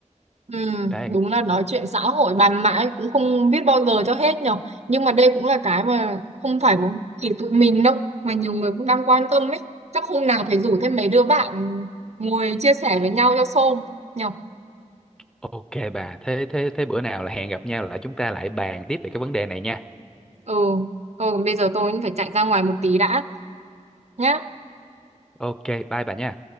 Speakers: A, on the right (about 60°); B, in the centre.
A: Ừ,
B: đây
A: đúng là nói chuyện xã hội bàn mãi cũng không biết bao giờ cho hết nhở nhưng mà đây cũng là cái mà không phải một chỉ tụi mình đâu mà nhiều người cũng đang quan tâm ấy chắc hôm nào phải rủ thêm mấy đứa bạn ngồi chia sẻ với nhau cho xôm nhở
B: ok bà thế thế thế bữa nào là hẹn gặp nhau lại chúng ta lại bàn tiếp về cái vấn đề này nha
A: ừ ừ còn bây giờ tôi cũng phải chạy ra ngoài một tí đã nhá
B: ok bye bà nha